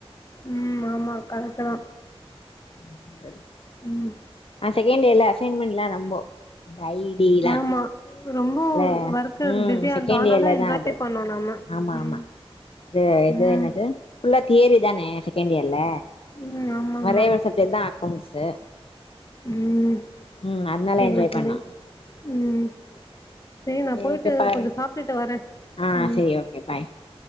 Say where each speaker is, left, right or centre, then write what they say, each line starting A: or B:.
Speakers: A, on the left (about 35°); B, on the left (about 65°).
A: ம் ஆமா கரெக்டுதா
B: ம் சரி
A: ம்
B: ஆ செகண்ட் இயர்ல அசைன்மெண்ட்ல்லா ரொம்போ டயி டீலா
A: ஆமா ரொம்ப
B: ல
A: ஒர்க்கு
B: ம்
A: பிஸியா
B: செகண்ட்
A: இருந்தோ ஆனாலு
B: இயர்ல
A: என்ஜாய்
B: தா அது
A: பண்ணோ நம்ம
B: ஆமா
A: ம்
B: ஆமா து இது
A: ம்
B: என்னது ஃபுல்லா தியைரி தான செகண்ட் இயர்ல
A: ம் ஆமா ஆமா
B: ஒரே ஒரு சப்ஜெக்ட் தா அக்கௌண்ட்ஸு
A: ம்
B: ம் அதனால
A: செரி
B: என்ஜாய்
A: செரி
B: பண்ணோ
A: ம் செயி
B: சரி
A: நா போய்ட்டு
B: ஓகே பாரு
A: கொஞ்சோ சாப்ட்டுட்டு வரே
B: ஆ
A: ம்
B: சரி ஓகே பாய்